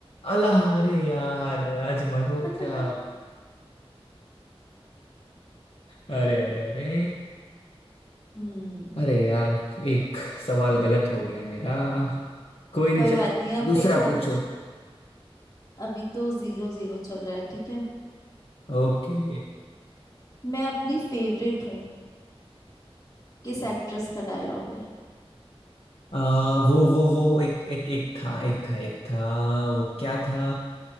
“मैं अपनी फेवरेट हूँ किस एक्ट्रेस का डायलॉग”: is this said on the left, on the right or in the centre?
Left